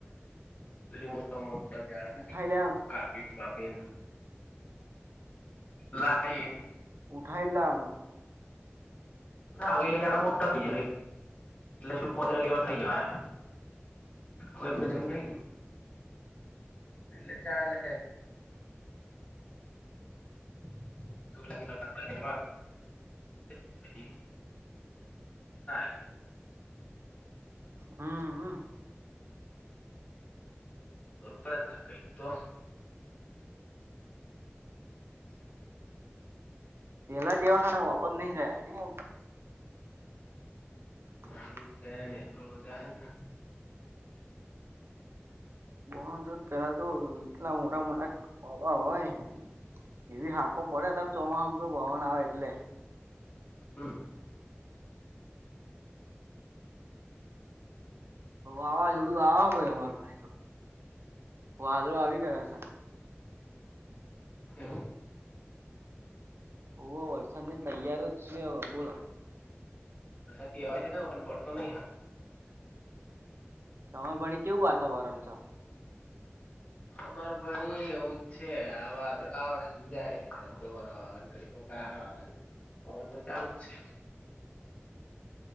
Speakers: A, on the left; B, on the right.
A: મોટ મોટા જાડા
B: ઉઠાઈ લે
A: કાપી કાપી ન લાયી
B: ઉઠાઇન લાવવાનું
A: ના આવ એ ઝાડો મોટા થઇ જશે એટલે શું પોજરા લેવલ થઇ જાહે હવે એમને જવું નહી એટલે ચાલે <unintelligible> હા.
B: હમ.
A: પણ કંઈક તો
B: પેલા જેવા સારા ઓબો નહીં રયા આમતો <unintelligible>
A: <unintelligible>
B: બોન પેલા તો એટલા મોટા મોટા પવા હોય. એવી હાકો પડે અત્યારે ચોમાસામાં તો પવન આવે એટલે
A: હમ
B: હ વાવાઝોડું આવા હોય અમારે ભણી તો વાદળો આવી ગયા છે.
A: એવું.
B: ઓ વરસાદની તૈયારી શે હવે બોલો
A: વરસાદ કહેવાય છે ખરો પણ પડતો નહી હારો
B: તમાર ભણી કેવું વાતાવરણ શ
A: અમારે ભણી એવું જ છે આ વાદળ આવે જાય તો કાર આવે પવન તો ચાલુ જ છે.